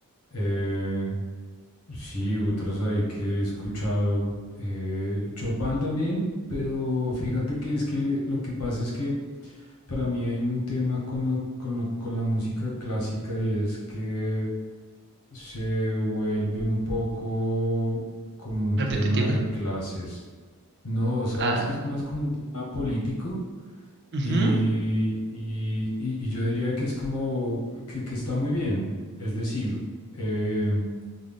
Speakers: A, on the left; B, on the right.
A: eh, sí, otros ahí que he escuchado, eh, Chopin también, pero fíjate que es que lo que pasa es que para mí hay un tema con, lo- con, lo- con la música clásica y es que se vuelve un poco como un tema
B: Repetitiva.
A: de clases. No, sabes
B: Ah,
A: que es más como un tema político
B: ujú,
A: y, y- y- y yo diría que es como que, que está muy bien. Es decir, em,